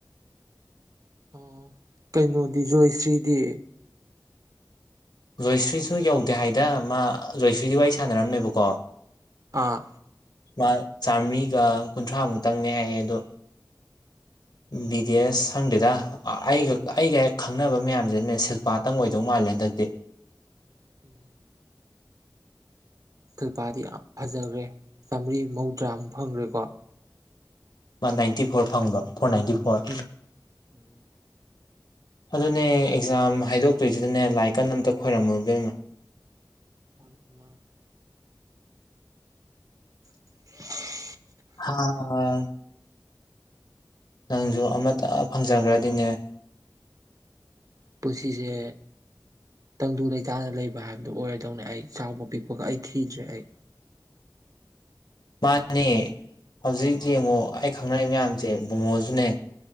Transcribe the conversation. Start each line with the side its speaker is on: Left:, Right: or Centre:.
Right: ꯑ ꯀꯩꯅꯣꯗꯤ ꯖꯣꯏꯁ꯭ꯔꯤꯗꯤ
Left: ꯖꯣꯏꯁ꯭ꯔꯤꯁꯨ ꯌꯧꯗꯦ ꯍꯥꯏꯗ ꯃꯥ ꯖꯣꯏꯁ꯭ꯔꯤꯗꯤ ꯋꯥꯔꯤ ꯁꯥꯟꯅꯔꯝꯃꯦꯕꯀꯣ
Right: ꯑꯥ
Left: ꯃꯥ ꯆꯥꯃ꯭ꯔꯤꯒ ꯀꯨꯟꯊ꯭ꯔꯥ ꯃꯨꯛꯇꯪꯅꯦ ꯍꯥꯏꯌꯦ ꯑꯗꯣ ꯕꯤꯗꯤ ꯑꯦꯁ ꯁꯪꯗꯦꯗ ꯑꯩꯒ ꯑꯩꯒ ꯍꯦꯛ ꯈꯪꯅꯕ ꯃꯌꯥꯝꯁꯤꯅꯦ ꯁꯤꯜꯄꯥꯇꯪ ꯑꯣꯏꯗꯧ ꯃꯥꯜꯂꯦ <unintelligible>
Right: ꯎꯝ ꯐꯤꯜꯄꯥꯗꯤ ꯌꯥꯝ ꯐꯖꯒ꯭ꯔꯦ ꯆꯥꯝꯃ꯭ꯔꯤ ꯃꯧꯗ꯭ꯔꯥꯝ ꯐꯪꯒ꯭ꯔꯦꯀꯣ
Left: ꯋꯥꯟ ꯅꯥꯏꯟꯇꯤ ꯐꯣꯔ ꯐꯪꯕ ꯐꯣꯔ ꯅꯥꯏꯟꯇꯤ ꯐꯣꯔ
Right: ꯎꯝ ꯎꯝ
Left: ꯑꯗꯨꯅꯦ ꯑꯦꯛꯖꯥꯝ ꯍꯥꯏꯗꯣꯛꯇꯣꯏꯁꯤꯗꯅꯦ ꯂꯥꯏ ꯀꯟ ꯑꯝꯇ ꯈꯣꯏꯔꯝꯃꯨ ꯏꯕꯦꯃꯥ
Right: <inaudible> <unintelligible> <inaudible>
Left: ꯍꯥꯏ ꯅꯪꯁꯨ ꯑꯃꯠꯇ ꯐꯪꯖꯒ꯭ꯔꯗꯤꯅꯦ
Right: ꯄꯨꯁꯤꯁꯦ ꯇꯪꯗꯨ ꯂꯩꯇꯥꯅ ꯂꯩꯕ ꯍꯥꯏꯕꯗꯨ ꯑꯣꯏꯔꯗꯧꯅꯦ ꯑꯩ ꯆꯥꯎꯕ ꯄꯤꯛꯄꯒ ꯑꯩ ꯊꯤꯗ꯭ꯔꯦ ꯑꯩ
Left: ꯃꯥꯅꯦ ꯍꯧꯖꯤꯛ ꯖꯦꯡꯉꯣ ꯑꯩ ꯈꯪꯅꯔꯤ ꯃꯌꯥꯝꯖꯦ ꯕꯨꯡꯉꯣꯖꯨꯅꯦ